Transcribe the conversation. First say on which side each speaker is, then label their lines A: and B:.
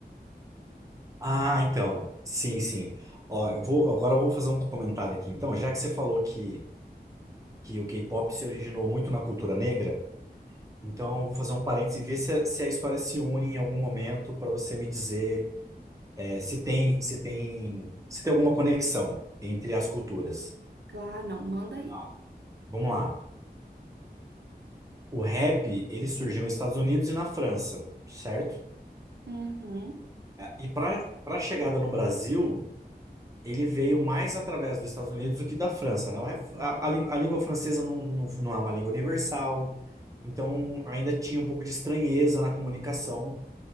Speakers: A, on the right (about 20°); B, on the right (about 85°).
A: Ah, então. Sim, sim. Ó, eu vou, agora eu vou fazer um comentário aqui. Então, já que você falou que, que o K-pop se originou muito na cultura negra, então eu vou fazer um parênteses e ver se a, se a história se une em algum momento para você me dizer é, se tem, se tem, se tem alguma conexão entre as culturas.
B: Claro, não, manda aí.
A: Ah, vamos lá. O rap, ele surgiu nos Estados Unidos e na França, certo?
B: Uhum.
A: E para para a chegada no Brasil. ele veio mais através dos Estados Unidos do que da França, né? O ref- A, a lí- a língua francesa não, não, não é uma língua universal, então ainda tinha um pouco de estranheza na comunicação